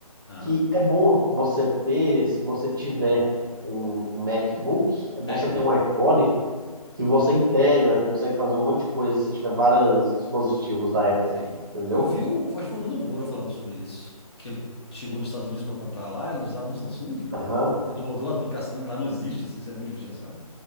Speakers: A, on the left; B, on the right.
A: Ah,
B: que é bom você ter, se você tiver um, um MacBook, é bom
A: é.
B: você ter um iPhone, que você integra, consegue fazer um monte de coisa se tiver vários dispositivos da Apple,
A: Sim.
B: entendeu?
A: Eu vi, o, acho que foi o Nando Moura falando sobre isso. Que ele chegou nos Estados Unidos para comprar lá, ele usava um Samsung. e
B: Aham.
A: Ele rodou lá tudo caçando, lá não existe, assim, isso é muito difícil de achar.